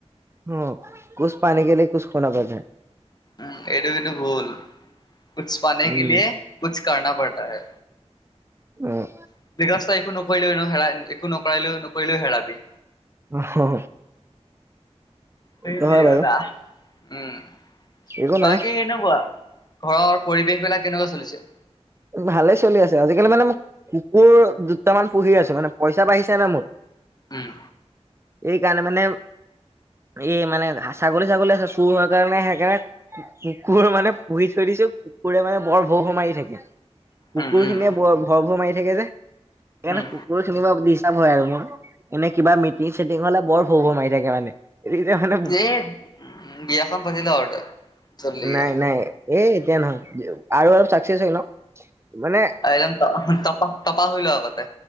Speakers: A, on the right (about 25°); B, on the left (about 35°).
A: অঁ, কুচ পানে কেলিয়ে, কুচ খোনা পৰ্টাহে।
B: উম এইটো কিন্তু ভূল। কুচ পানে
A: উম
B: কেলিয়ে, কুচ কৰ্না পৰ্টাহে।
A: উম।
B: <unintelligible> একো নকৰিলেও এনো হেৰায়। নকৰালেও নকৰিলোঁ হেৰাবি।
A: অ অ,
B: সেইটোৱে
A: সেইটো হয় বাৰু
B: কথা। উম,
A: একো নাই
B: বাকি কেনেকুৱা? ঘৰৰ পৰিৱেশ বিলাক কেনেকুৱা চলিছে?
A: ওম ভালেই চলি আছে। আজিকালি মানে, মোক কুকুৰ দুটামান পুঁহি আছোঁ মানে, পইচা বাঢ়িছে নাই মোৰ।
B: ওম।
A: এইকাৰণে মানে, এই মানে হাঁ ছাগলী- ছাগলী আছে। চুৰ হয় কাৰণে সেইকাৰণে কুকুৰ মানে পুঁহি থৈ দিছোঁ, কুকুৰে মানে বৰ ভৌ ভৌ মাৰি থাকে। কুকুৰ
B: উম
A: খিনিয়ে
B: উম
A: বৰ ভৰ ভৰ মাৰি থাকে যে, সেইকাৰণে
B: উম
A: কু কুৰ খিনি পৰা ডিষ্টাপ হয় আৰু মোৰ। এনে কিবা মিটিং- চিটিং হ'লে বৰ ভৌ ভৌ মাৰি থাকে মানে। এতিয়া মানে
B: দেইৎ, ওম বিয়াখন পাতি ল' আৰু তই। জল্দিকে
A: নাই -নাই এ এতিয়া নহয়, <unintelligible> আৰু অলপ চাক্সেচ হৈ লওঁ। মানে
B: একদম ত' তপা তপা হৈ ল' আগতে।